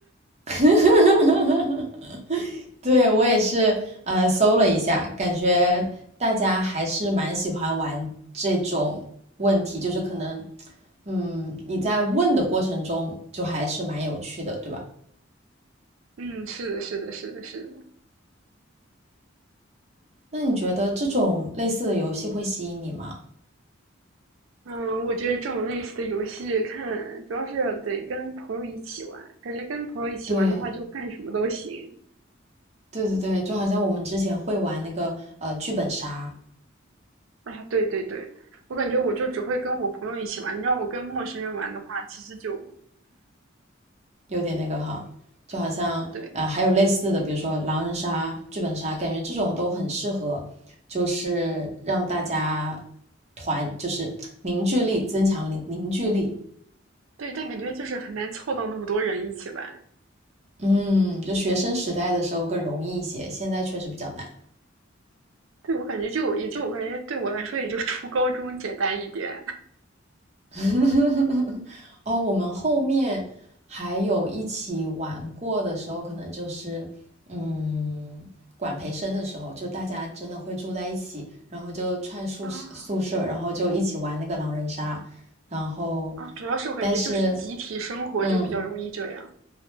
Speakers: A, on the right (about 35°); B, on the right (about 80°).
A: <laughs> 对，我也是，呃，搜了一下，感觉大家还是蛮喜欢玩这种问题，就是可能，嗯，你在问的过程中就还是蛮有趣的，对吧？
B: 嗯，是的，是的，是的，是的。
A: 那你觉得这种类似的游戏会吸引你吗？
B: 嗯，我觉得这种类似的游戏看，主要是得跟朋友一起玩，感觉跟朋友一起玩的话，
A: 对，
B: 就干什么都行。
A: 对对对，就好像我们之前会玩那个呃剧本杀，
B: 啊，对对对，我感觉我就只会跟我朋友一起玩，你让我跟陌生人玩的话，其实就
A: 有点那个哈，就好像呃还有类似的，
B: 对
A: 比如说狼人杀、剧本杀，感觉这种都很适合，就是让大家团，就是凝聚力增强凝凝聚力。
B: 对，但感觉就是很难凑到那么多人一起玩。
A: 嗯，就学生时代的时候更容易一些，现在确实比较难。
B: 对，我感觉就也就我感觉对我来说也就初高中简单一点。
A: <laughs> 哦，我们后面还有一起玩过的时候，可能就是嗯，管培生的时候，就大家真的会住在一起，然后就串宿舍宿舍，
B: <laughs> 啊，
A: 然后就一起玩那个狼人杀，然后
B: 啊，主要是我感觉就是集体生活就比较容易这样
A: 但是嗯，